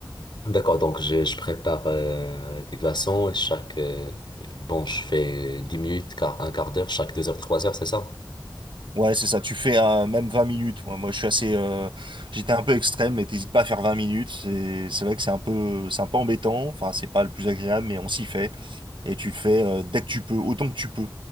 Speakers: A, on the left (about 70°); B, on the right (about 75°).
A: D'accord, donc je, je prépare euh, des glaçons, et chaque... euh, bon, je fais 10 minutes, quart- un quart d'heure, chaque 2 heures, 3 heures, c'est ça?
B: Ouais, c'est ça. Tu fais euh, même 20 minutes. Moi, moi, je suis assez. euh, j'étais un peu extrême, mais t'hésites pas à faire 20 minutes. C'est, c'est vrai que c'est un peu, c'est un peu embêtant. Enfin, c'est pas le plus agréable, mais on s'y fait. Et tu le fais euh, dès que tu peux, autant que tu peux.